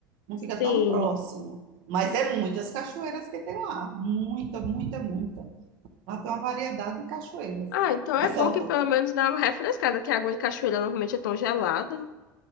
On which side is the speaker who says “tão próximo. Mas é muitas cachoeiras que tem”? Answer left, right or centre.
Right